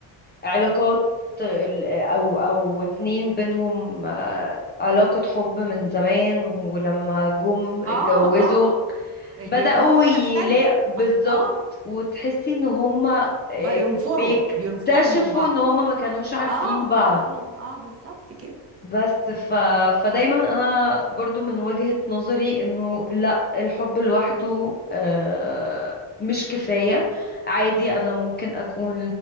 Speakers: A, on the left; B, on the right.
A: علاقات ال- أو أو اتنين بينهم آه، علاقة حب من زمان ولما جم اتجوزوا
B: اه اه ال-
A: بدأوا
B: الامور
A: يلاقوا
B: بتختلف
A: بالظبط
B: اه آه.
A: وتحسي إن هما آه،
B: بينفروا
A: بيكتشفوا
B: بينفروا من بعض
A: إن هما ما كانوش عارفين
B: اه مبقى
A: بعض
B: فين اه بالظبط كده
A: بس ف... فدايما انا برضو من وجهة نظري انه لا الحب لوحده آه، مش كفاية عادي انا ممكن اكون